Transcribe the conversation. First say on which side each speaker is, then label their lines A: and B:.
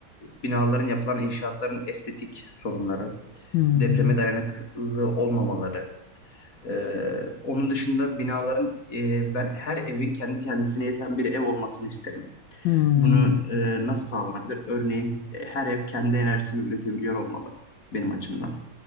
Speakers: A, on the left; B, on the left.
A: binaların yapılan inşaatların estetik sorunları,
B: hı hı,
A: depreme dayanıklı olmamaları. e, onun dışında binaların e, ben her evin kendi kendisine yeten bir ev olmasını isterim.
B: hı.
A: Bunu e, nasıl sağlanabilir? Örneğin e, her ev kendi enerjisini üretebiliyor olmalı benim açımdan.